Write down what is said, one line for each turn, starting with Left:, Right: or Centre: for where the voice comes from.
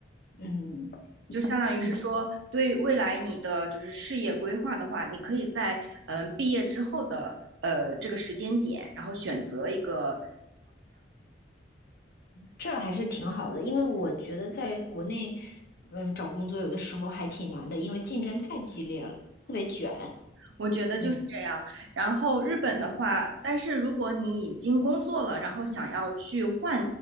Left: 嗯
Right: 就是相当于是说，
Left: 嗯，
Right: 对未来你的就是事业规划的话，你可以在嗯、呃毕业之后的呃这个时间点，然后选择一个
Left: 这还是挺好的，因为我觉得在国内，嗯，找工作有的时候还挺难的，因为竞争太激烈了，特别卷。
Right: 我觉得就是这样。
Left: 嗯。
Right: 然后日本的话，但是如果你已经工作了，然后想要去换